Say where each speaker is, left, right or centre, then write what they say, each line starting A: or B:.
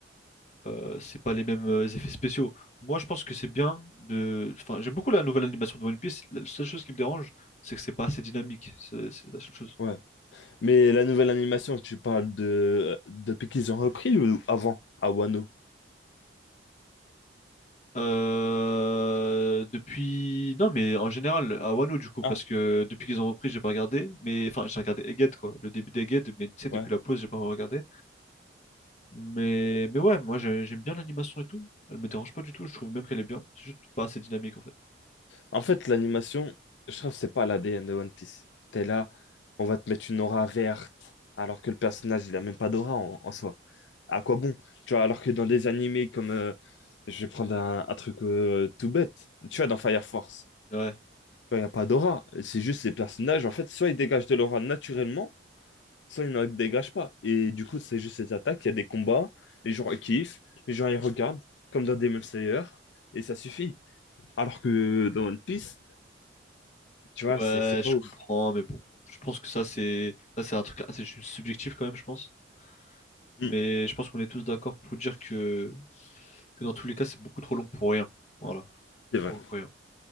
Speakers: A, on the left; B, on the left.
A: euh, c'est pas les mêmes euh, effets spéciaux. Moi je pense que c'est bien de, enfin j'aime beaucoup la nouvelle animation de One Piece. La seule chose qui me dérange, c'est que c'est pas assez dynamique. C'est c'est la seule chose.
B: Ouais. Mais la nouvelle animation, tu parles de depuis qu'ils ont repris ou avant, à Wano?
A: Euh, depuis, non mais en général à Wano du coup parce
B: Ah,
A: que depuis qu'ils ont repris j'ai pas regardé, mais enfin j'ai regardé Egghead quoi, le début d'Egghead, mais tu sais depuis
B: ouais.
A: la pause j'ai pas regardé. Mais mais ouais moi j'ai- j'aime bien l'animation et tout. Elle me dérange pas du tout. Je trouve même qu'elle est bien. C'est juste pas assez dynamique en fait.
B: En fait, l'animation, je trouve que c'est pas la l'ADN de One Piece. T'es là, on va te mettre une aura verte, alors que le personnage, il a même pas d'aura en, en soi. À quoi bon? Tu vois, alors que dans des animés comme... euh, je vais prendre un, un truc euh, tout bête. Tu vois, dans Fire Force.
A: Ouais.
B: Il n'y a pas d'aura. C'est juste les personnages, en fait, soit ils dégagent de l'aura naturellement, soit ils n'en dégagent pas. Et du coup, c'est juste ces attaques, il y a des combats, les gens ils kiffent, les gens ils regardent, comme dans Demon Slayer, et ça suffit. Alors que dans One Piece, tu vois,
A: Ouais,
B: c'est c'est pas
A: je
B: ouf.
A: comprends, mais bon. Je pense que ça, c'est ça, c'est un truc assez ju- subjectif quand même, je pense. Mais
B: Hmm,
A: je pense qu'on est tous d'accord pour dire que... que dans tous les cas, c'est beaucoup trop long pour rien. Voilà.
B: c'est
A: Pour
B: vrai,
A: rien.